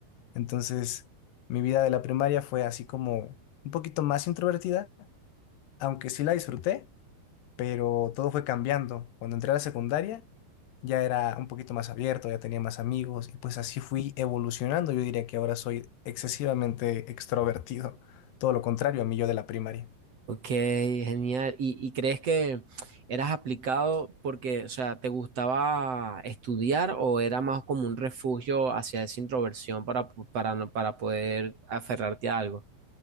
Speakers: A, on the left; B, on the right.
A: Entonces, mi vida de la primaria fue así como un poquito más introvertida, aunque sí la disfruté pero todo fue cambiando. Cuando entré a la secundaria ya era un poquito más abierto, ya tenía más amigos y pues así fui evolucionando. Yo diría que ahora soy excesivamente extrovertido, todo lo contrario a mí yo de la primaria.
B: Ok, genial. ¿Y, y crees que eras aplicado porque, o sea, te gustaba estudiar o era más como un refugio hacia esa introversión para, para, no- para poder aferrarte a algo?